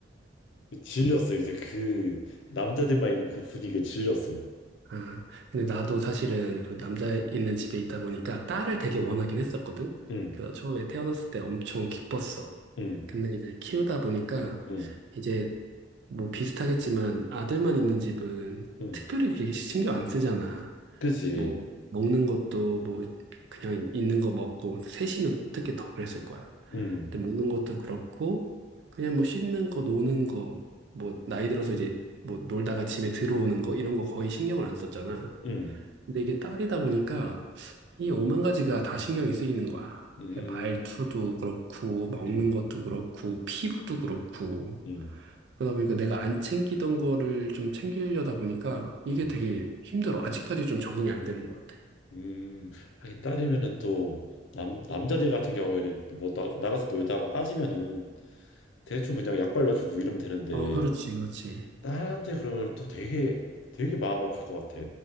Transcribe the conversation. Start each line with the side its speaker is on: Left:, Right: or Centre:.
Left: 질렸어 이제 그 남자들만 있는 그 분위기에 질렸어.
Right: 아, 근데 나도 사실은 그 남자 있는 집에 있다 보니까 딸을 되게 원하긴 했었거든.
Left: 응,
Right: 그래서 처음에 태어났을 때 엄청 기뻤어.
Left: 응,
Right: 근데 이제 키우다 보니까
Left: 응,
Right: 이제 뭐 비슷하겠지만 아들만 있는 집은
Left: 응.
Right: 특별히 이렇게 신경 안 쓰잖아.
Left: 그지.
Right: 뭐 먹는 것도 뭐 그냥 있는 거 먹고 셋이면 특히 더 그랬을 거야.
Left: 응,
Right: 근데 먹는 것도 그렇고 그냥 뭐 씻는 거 노는 거 뭐 나이 들어서 이제 뭐 놀다가 집에 들어오는 거 이런 거 거의 신경을 안 썼잖아.
Left: 응,
Right: 근데 이게 딸이다 보니까 이 오만 가지가 다 신경이 쓰이는 거야.
Left: 음,
Right: 그냥 말투도 그렇고 먹는
Left: 응,
Right: 것도 그렇고 피부도 그렇고
Left: 응,
Right: 그러다 보니까 내가 안 챙기던 거를 좀 챙기려다 보니까 이게
Left: 응.
Right: 되게 힘들어. 아직까지 좀 적응이 안 되는 것 같아.
Left: 음, 하긴 딸이면은 또 남, 남자들 같은 경우에는 뭐 나, 나가서 놀다가 까지면은 대충 그냥 약 발라주고 이러면 되는데
Right: 어, 그렇지, 그렇지.
Left: 딸한테 그러면 또 되게 되게 마음 아플 것 같아.